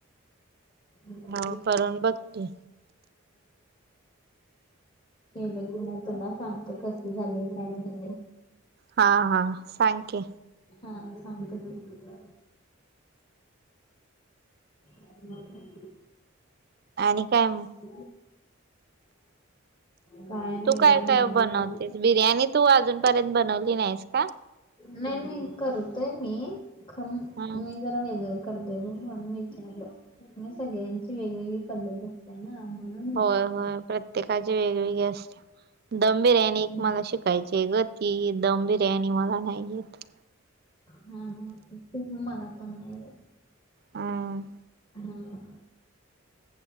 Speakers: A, on the left; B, on the right.
A: ह हा
B: हो करून बघते
A: लगे म तुला सांगत कस झालंय काय झालंय
B: हा हा सांग के
A: हा सांगते त हो
B: आणि काय मग
A: <inaudible> काय नाही
B: तू
A: एवढंनी
B: काय
A: मानतय
B: बनवतेस बिर्याणी तू अजूनपर्यंत बनवली नाहीस का
A: नाही नाही करतोय मी ख मी
B: हम
A: ग करत वेच म सगळ्यांची वेगवेगळी पद्धत असते ना म्हणून विचारलं
B: होय होय प्रत्येकाची वेगवेगळे असते गंभीर आणि
A: हम्म
B: एक मला शिक. काायची आहे ग ती दम बिर्याणी मला नाही येत.
A: हा हा मला पण नाही आहे.
B: हम्म
A: हम्म.